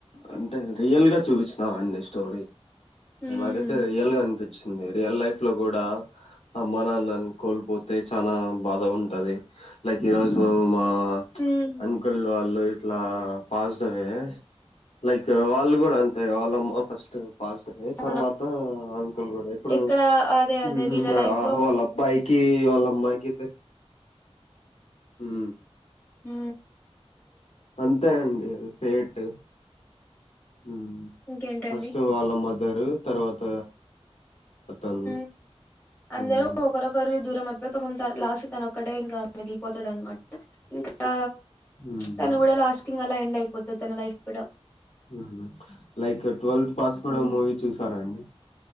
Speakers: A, on the left; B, on the left.
A: అంటే రియల్ గా చూపిచ్నార్ అండి స్టోరీ
B: ఉమ్
A: నాకైతే రియల్ గా అనిపించింది రియల్ లైఫ్ లో కూడా అమ్మా నాన్నని కోల్పోతే చనా బాధ ఉంటది లైక్ ఈరోజు మా
B: ఉమ్
A: అంకుల్ వాళ్ళు అట్లా పాస్టరే లైక్ వాళ్ళు కూడా అంతే వాళ్ళమ్మ ఫస్ట్ పాస్టరే
B: అవును
A: తర్వాత అం కుల్ కూడా ఇప్పుడు
B: ఇక్కడ అదే అదే
A: హ్మ్
B: వీళ్ళ లైఫ్ లో
A: వాళ్ళ అబ్బాయి కీ వాళ్ళమ్మై కీర్తి హు
B: ఉ
A: అంతే అండి ఫేట్ హు
B: ఇంకేంటండి
A: ఫస్ట్ వాళ్ళ మ దరు తర్వాత అతను
B: హు అందరు
A: ఉమ్,
B: ఒకరొకరు దూరమవ్ పాపము తన్ లాస్ట్ తన ఒక్కడే ఇంకా మిగిలిపోతాడనమాట ఇంకా
A: ఉమ్.
B: తను కూడా లాస్ట్ కింగ్ అలా ఎండ్ అయి పొత్త తన లైఫ్ కూడా
A: ఉహు లైక్ ట్వెల్త్ పాస్ కూడా
B: హ్మ్.
A: మూవీ చూసారా అండి